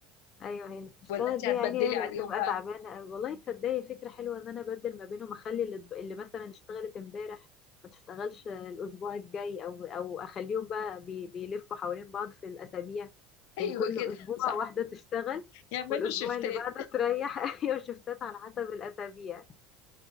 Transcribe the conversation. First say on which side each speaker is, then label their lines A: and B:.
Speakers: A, on the left; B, on the left.
A: ايوه هي اللي بتشتغل
B: ولا انت
A: دي
B: هتبدلي
A: يا عيني هي اللي
B: عليهم
A: هتبقى
B: بقى
A: تعبانه قوي والله تصدقي فكره حلوه ان انا ابدل ما بينهم اخلي اللي, اللي مثلا اشتغلت امبارح ما تشتغلش الاسبوع الجاي او او اخليهم بقى بي بيلفوا حوالين بعض في الاسابيع
B: <laughs>
A: يعني
B: ايوه
A: كل
B: كده
A: اسبوع
B: صح
A: واحده تشتغل
B: يعملوا
A: والاسبوع
B: شيفتات
A: اللي بعده تريح <laughs> ايوه شفتات على حسب الاسابيع